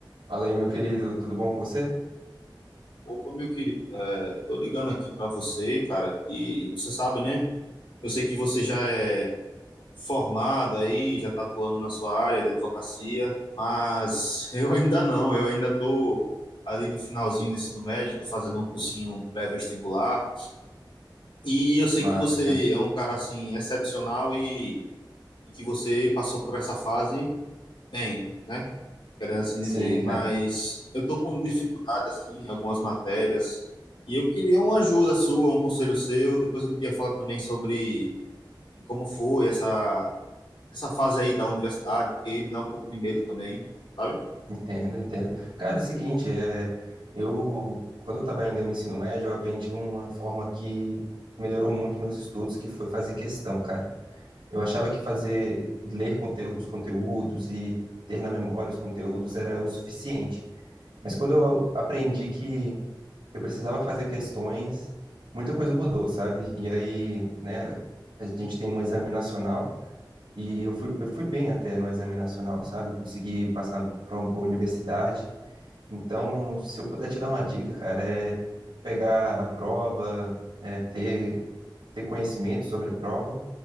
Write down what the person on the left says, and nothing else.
Opa, meu querido, é, tô ligando aqui pra você, cara, que você sabe, né? Eu sei que você já é formado aí, já tá atuando na sua área de advocacia, mas <laughs> eu ainda não, eu ainda tô ali no finalzinho do ensino médio, tô fazendo um cursinho pré-vestibular, e eu sei
que você
é um cara, assim, excepcional e, e que você passou por essa fase bem, né? querendo assim dizer,
mas eu tô com dificuldade assim em algumas matérias e eu queria uma ajuda sua, um conselho seu. Depois eu queria falar também sobre como foi essa essa fase aí da universidade, porque me dá um pouco de medo também, sabe?